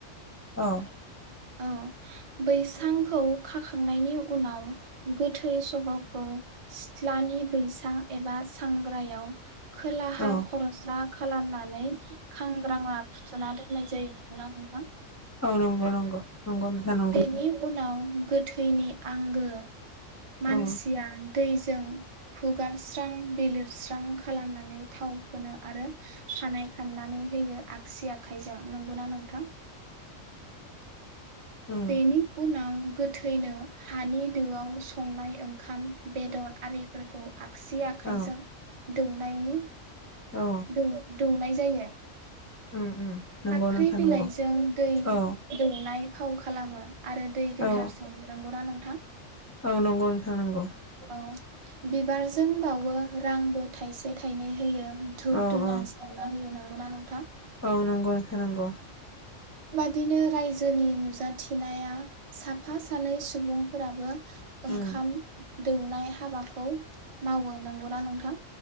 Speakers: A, on the left (about 20°); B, on the right (about 45°).
A: औ
B: औ बैसांखौ खाखांनायनि उनाव गोथै सह'खौ सिथ्लानि बैसां एबा सांग्रायाव खोलाहा
A: औ
B: खरसा खालामनानै खांग्राङा फुथुना दोननाय जायो नंगौना नोंथां?
A: औ नंगौ नंगौ नंगौ नोंथां नंगौ
B: बेनि उनाव गोथैनि आंगो मानसिया
A: औ
B: दै जों हुगारस्रां बिलिरस्रां खालामनानै थाव फोनो आरो खानाय खाननानै होयो आगसि आखाइजों नंगौना नोंथां?
A: उम
B: बेनि उनाव गोथैनो हानि दोआव संनाय ओंखाम बेदर आरिफोरखौ आगसि आखायजों
A: औ
B: दौनायनि
A: औ
B: दौ दौनाय जायो।
A: उम उम नंगौ
B: फाख्रि
A: नोंथां
B: बिलाइजों
A: नंगौ
B: दै
A: औ
B: दौनाय फाव खालामो आरो दै गोथार
A: औ
B: सोन नंगौना नों
A: औ नंगौ नोंथां नंगौ
B: औ बिबारजों बावो रांबो थाइसे थाइनै होयो। धुप
A: औ
B: धुना
A: औ
B: सावना होयोना गौना नों
A: औ नंगौ नोंथां नंगौ
B: बिदिनो रायजोनि नुजाथिनाया साफा सानै सुबुंफोराबो ओंखाम
A: उम
B: दौनाय हाबाखौ मावो नंगौना नोंथां?